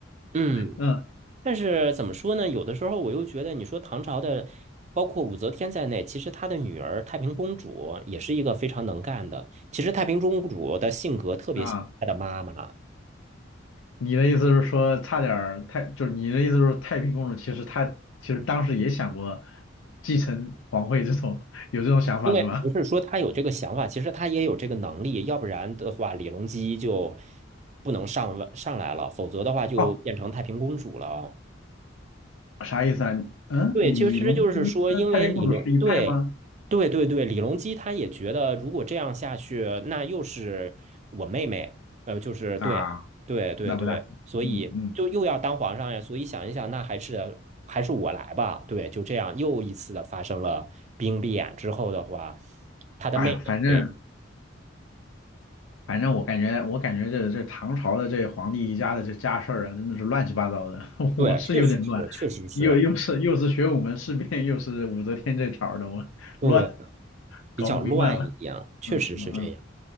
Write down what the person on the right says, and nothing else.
嗯。
但是怎么说呢？有的时候我又觉得，你说唐朝的，包括武则天在内，其实她的女儿太平公主也是一个非常能干的。其实太平公主的性格特别像她的妈妈，
因为不是说她有这个想法，其实她也有这个能力。要不然的话，李隆基就不能上位上来了，否则的话就变成太平公主了。
对，
其实就是说，因为李隆，对，对对对，李隆基他也觉得，如果这样下去，那又是我妹妹，呃，就是对，
对对对，
所以就又要当皇上呀，
所以想一想，那还是还是我来吧，对，就这样又一次的发生了兵变之后的话，他的妹妹，
对，
确实是，确实是，
对，比较乱一点，
确实是这样，